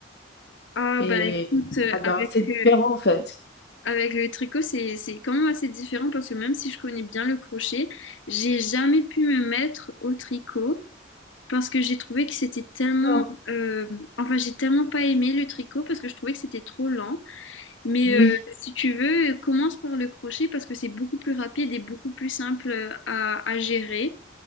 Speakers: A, on the left; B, on the left.
A: Ah
B: et
A: ben écoute, euh,
B: Ah non,
A: avec,
B: c'est différent
A: euh,
B: en fait.
A: avec le tricot, c'est, c'est quand même assez différent parce que même si je connais bien le crochet, j'ai jamais pu me mettre au tricot parce que j'ai trouvé que c'était tellement...
B: D'accord.
A: euh, enfin, j'ai tellement pas aimé le tricot parce que je trouvais que c'était trop lent. Mais
B: Oui,
A: euh, si tu veux, commence par le crochet parce que c'est beaucoup plus rapide et beaucoup plus simple euh, à, à gérer.